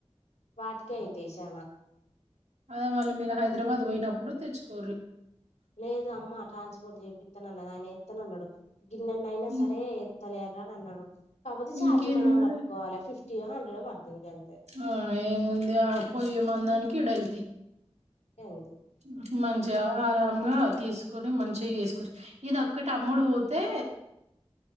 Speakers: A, on the left; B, on the right.
A: వాటికే ఐతాయిచన
B: అదే మళ్ళీ మీరు హైదరాబాద్ పోయినప్పుడు తెచ్చుకోర్రి
A: లేదు అమ్మ ట్రాన్స్పోర్ట్ చేపితనన్నది ఆయన ఎత్తనన్నాడు గిన్నెన్ని అయినా
B: ఇం-
A: సరే తలే అని అన్నాడు కాబోతే ఛార్జ్
B: ఇంకేంది
A: మనం
B: మరి
A: కట్టుకోవాలి ఫిఫ్టీ ఒ హండ్రెడో పడుతది గంతే
B: ఉ ఏముంది ఆ పోయే మందానికి ఇడ ఏళ్తయి
A: గంతే
B: ఉ హు మంచిగా ఆరమ్మ్గా తీస్కొని మంచిగా చేస్కోవచ్చు ఇదొక్కటి అమ్ముడు బోతే